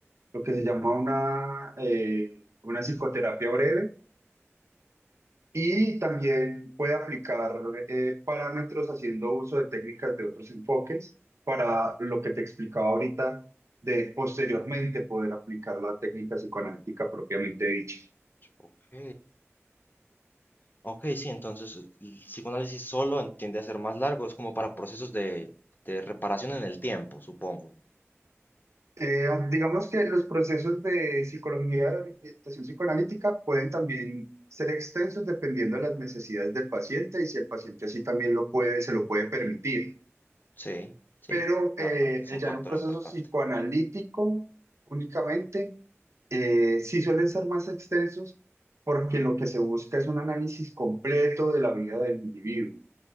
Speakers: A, on the right (about 75°); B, on the left (about 40°).
A: lo que se llama una, eh, una psicoterapia breve, y también puede aplicar eh, parámetros haciendo uso de técnicas de otros enfoques para lo que te explicaba ahorita de posteriormente poder aplicar la técnica psicoanalítica propiamente dicha.
B: Ok, ok, sí, entonces el psicoanálisis solo tiende a ser más largo, es como para procesos de, de reparación en el tiempo, supongo.
A: Eh, digamos que los procesos de psicología de orientación psicoanalítica pueden también ser extensos dependiendo de las necesidades del paciente y si el paciente así también lo puede, se lo puede permitir.
B: Sí, sí,
A: Pero
B: claro,
A: eh,
B: también es un
A: ya
B: factor
A: en un proceso
B: importante.
A: psicoanalítico únicamente Eh, sí suelen ser más extensos porque lo que se busca es un análisis completo de la vida del individuo.